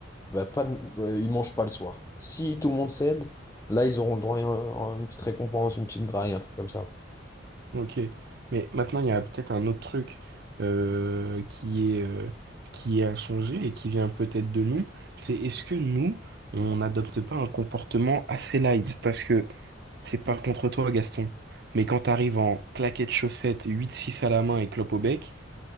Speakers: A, on the left (about 15°); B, on the right (about 60°).
A: bah, pas de- euh, ils mangent pas le soir. Si tout le monde cède, là, ils auront le droit à, un- à une petite récompense, une petite graille, un truc comme ça.
B: ok. Mais maintenant, il y a peut-être un autre truc euh, qui est, euh, qui a changé et qui vient peut-être de nous. C'est est-ce que nous, on n'adopte pas un comportement assez light? Parce que c'est pas contre toi, Gaston. Mais quand t'arrives en claquettes chaussettes, huit six à la main et clope au bec,